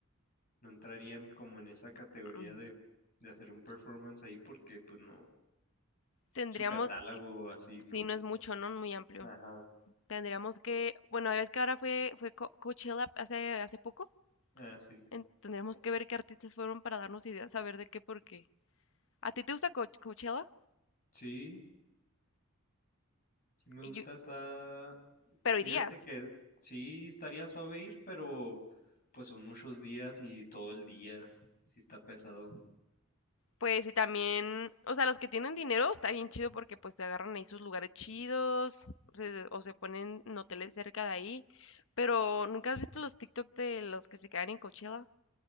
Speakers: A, on the left; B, on the left.
A: no entrarían como en esa categoría
B: ujú.
A: de, de hacer un performance ahí porque pues no,
B: Tendríamos
A: su catálogo
B: que,
A: así no.
B: si no es mucho, ¿no? Muy amplio.
A: Ajá,
B: Tendríamos que, bueno, ves que ahora fue, fue Co- Coachella hace, hace poco.
A: así.
B: en- tendríamos que ver qué artistas fueron para darnos ideas, a ver de qué, por qué. ¿A ti te gusta Co- Coachella?
A: Sí, sí me
B: Y
A: gusta,
B: yo-
A: está,
B: pero
A: fíjate
B: irías.
A: que sí estaría suave ir, pero pues son muchos días y todo el día, sí está pesado.
B: Pues y también, o sea, los que tienen dinero está bien chido porque pues te agarran ahí sus lugares chidos se- o se ponen en hoteles cerca de ahí. Pero ¿nunca has visto los TikTok de los que se quedan en Coachella?